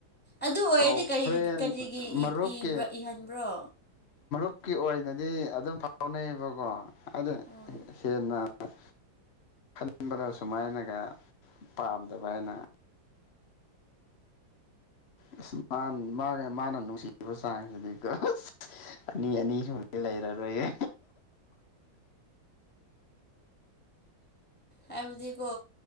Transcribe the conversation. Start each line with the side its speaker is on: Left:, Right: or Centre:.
Centre: ꯑꯗꯨ ꯑꯣꯏꯔꯗꯤ
Left: ꯀꯧ ꯐ꯭ꯔꯦꯟ
Centre: ꯀꯔꯤ ꯀꯔꯤꯒꯤ
Left: ꯃꯔꯨꯞꯀꯤ
Centre: ꯏ ꯏꯕ꯭ꯔ ꯏꯍꯟꯕ꯭ꯔꯣ
Left: ꯖꯤꯛꯀꯤ ꯑꯣꯏꯅꯗꯤ ꯑꯗꯨꯝ ꯐꯥꯎꯅꯩꯌꯦꯕꯀꯣ ꯑꯗꯣ
Centre: ꯎꯝ
Left: ꯍꯦꯟꯅ ꯈꯟ ꯈꯟꯕꯗ ꯁꯨꯃꯥꯏꯅꯒ ꯄꯥꯝꯗꯕ ꯑꯩꯅ ꯑꯁ ꯃꯥ ꯃꯥꯒ ꯃꯥꯅ ꯅꯨꯡꯁꯤꯕ ꯆꯥꯡꯁꯤꯗꯤꯀꯣ ꯑꯁ ꯑꯅꯤ ꯑꯅꯤ ꯁꯨꯅꯗꯤ ꯂꯩꯔꯔꯣꯏꯌꯦ
Centre: ꯍꯥꯏꯕꯗꯤꯀꯣ